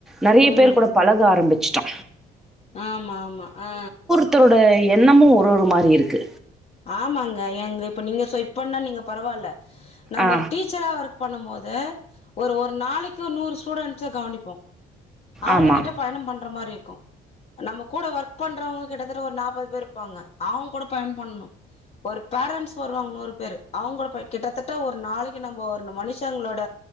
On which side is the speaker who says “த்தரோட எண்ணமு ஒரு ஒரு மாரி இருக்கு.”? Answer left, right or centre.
Centre